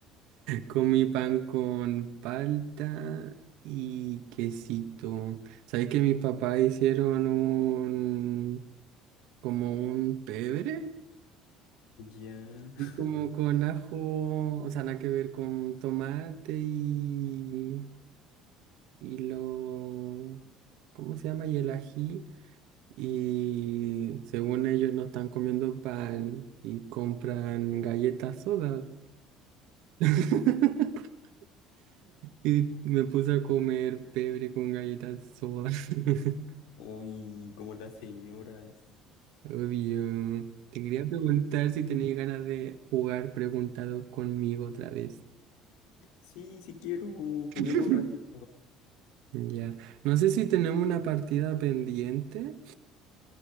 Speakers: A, on the right; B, on the left.
A: Comí pan con palta y quesito. ¿Sabes que mis papás hicieron un como un pebre?
B: Ya. <laughs>
A: Y como con ajo, o sea, nada que ver con tomate y y lo... ¿Cómo se llama? Y el ají. Y según ellos no están comiendo pan y compran galletas soda. <laughs> Y me puse a comer pebre con galletas soda. <laughs>
B: Uy, como las señoras.
A: Obvio. Te quería preguntar si tenías ganas de jugar preguntado conmigo otra vez.
B: Sí, si quiero, juguemos
A: <laughs>
B: un ratito.
A: Ya. No sé si tenemos una partida pendiente.